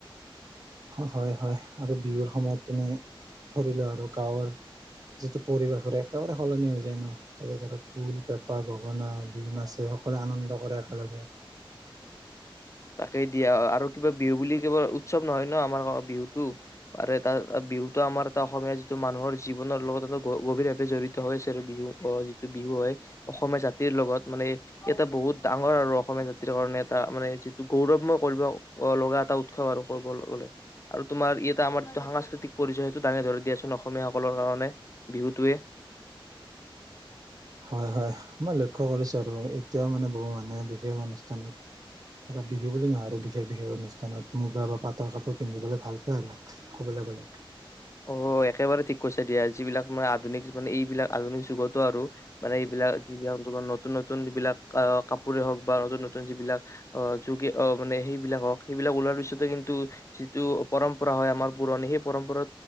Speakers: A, on the right (about 45°); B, on the left (about 30°).
A: হয় হয় আৰু বিহুৰ সময়ত তুমি ধৰিলোৱা আৰু গাঁৱৰ যিটো পৰিৱেশ আৰু একেবাৰে সলনি হৈ যায় ন তাতে ধৰা ঢোল পেঁপা গগনা বিহু নাছে সকলোৱে আনন্দ কৰে একেলগে।
B: তাকে দিয়া, আৰু কিবা বিহু বুলি কেৱল উৎসৱ নহয় ন। আমাৰ বিহুটো আৰু তাত বিহুটো আমাৰ এটা অসমীয়া যিটো মানুহৰ জীৱনৰ লগত এটা গভীৰভাৱে জড়িত হৈ আছে আৰু বিহু আহ যিটো বিহু হয়। অসমীয়া জাতিৰ লগত মানে এটা বহুত ডাঙৰ আৰু অসমীয়া জাতিৰ কাৰণে এটা মানে গৌৰৱময় কৰিব লগা এটা উৎসৱ আৰু কবলে গলে, আৰু তোমাৰ ই এটা আমাৰ সাংস্কৃতিক পৰিচয় সেইটো দাঙি ধৰি দিয়াচোন অসমীয়াসকলৰ কাৰণে বিহুটোৱে।
A: হয় হয় মই লক্ষ্য কৰিছোঁ আৰু এতিয়াও মানে বহু মানুহে বিশেষ অনুষ্ঠানত ধৰা বিহু বুলি নহয় আৰু বিশেষ বিশেষ অনুষ্ঠানত মুগা বা পাটৰ কাপোৰ পিন্ধিবলৈ ভাল পায় আৰু ক'বলৈ গ'লে।
B: অ' একেবাৰে ঠিক কৈছে দিয়া যিবিলাক মানে আধুনিক মানে এইবিলাক আধুনিক যুগতো আৰু মানে এইবিলাক যিবিলাক নতুন নতুন যিবিলাক কাপোৰে হওক বা নতুন নতুন যিবিলাক অ যুগে মানে সেইবিলাক হওক সেইবিলাক ওলাৰ পিছতে কিন্তু যিটো পৰম্পৰা হয় আমাৰ পুৰণি সেই পৰম্পৰা।